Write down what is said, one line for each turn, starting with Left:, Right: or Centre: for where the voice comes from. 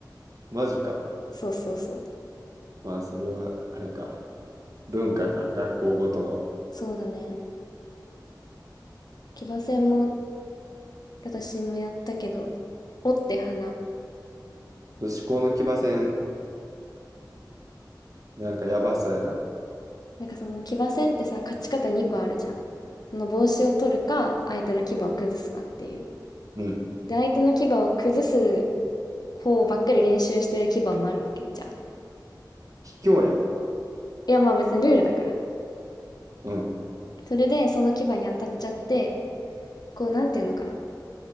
Right: マジか。
Left: そうそうそう。
Right: まあ、それは、あれか。文化か、学校ごとの。
Left: そうだね。騎馬戦も、私もやったけど、折って花。
Right: 女子校の騎馬戦、なんかやばそうやな。
Left: なんかその騎馬戦ってさ、勝ち方2個あるじゃん。その帽子を取るか、相手の牙を崩すかっていう。
Right: うん。
Left: で、相手の牙を崩す方ばっかり練習してる牙もあるわけじゃん。い
Right: 卑怯やん。
Left: や、まあ別にルールだから。
Right: うん、
Left: それで、その牙に当たっちゃって、こう、なんていうのかな。